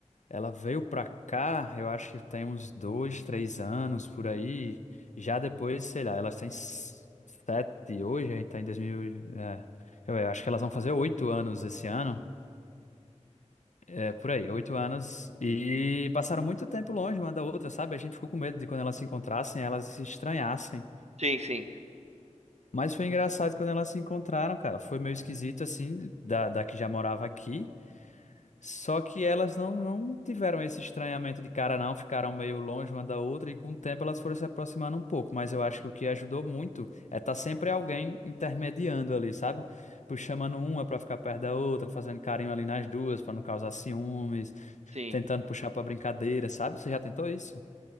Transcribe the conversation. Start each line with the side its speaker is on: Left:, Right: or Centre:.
Left: Ela veio pra cá, eu acho que tem uns dois, três anos por aí. Já depois, sei lá, elas têm s- sete hoje, a gente tá em 2000. e- É, eu eu acho que elas vão fazer oito anos esse ano. É, por aí, oito anos. E passaram muito tempo longe uma da outra, sabe? A gente ficou com medo de quando elas se encontrassem, elas se estranhassem.
Right: sim, sim,
Left: Mas foi engraçado quando elas se encontraram, cara. Foi meio esquisito, assim, da, da que já morava aqui. Só que elas não, não tiveram esse estranhamento de cara, não, ficaram meio longe uma da outra e com o tempo elas foram se aproximando um pouco. Mas eu acho que o que ajudou muito é estar sempre alguém intermediando ali, sabe? Puxando chamando uma para ficar perto da outra, fazendo carinho ali nas duas para não causar ciúmes,
Right: sim.
Left: tentando puxar para brincadeira, sabe? Você já tentou isso?